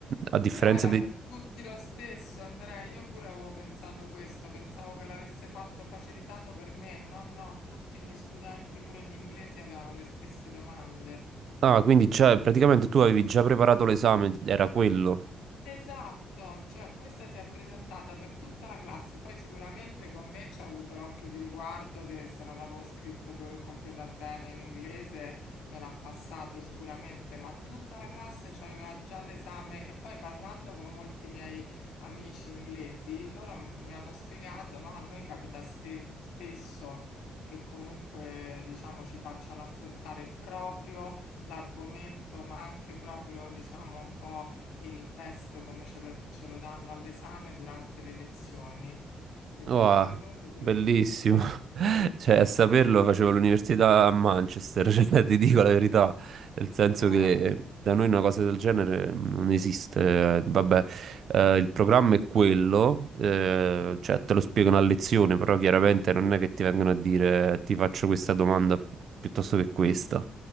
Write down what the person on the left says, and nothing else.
Però era
per tutti lo stesso, Andrea. Io pure avevo pensato questo, pensavo che l'avesse fatto facilitato per me. No, no, tutti gli studenti, pure gli inglesi, avevano le stesse domande.
Esatto, cioè questa si è presentata per tutta la classe, poi sicuramente con me ci ha avuto l'occhio di riguardo, de- se non avevo scritto to- completa bene in inglese me l'ha passato sicuramente, ma tutta la classe c'aveva già l'esame e poi parlando con molti miei amici inglesi, loro m- mi hanno spiegato, no, a noi capita ste- spesso che comunque diciamo ci facciano affrontare proprio l'argomento, ma anche proprio diciamo un po' il test come ce, le- ce lo danno all'esame durante le lezioni, perché
per loro quel-
sì, è assurdo.
<laughs>
Eh,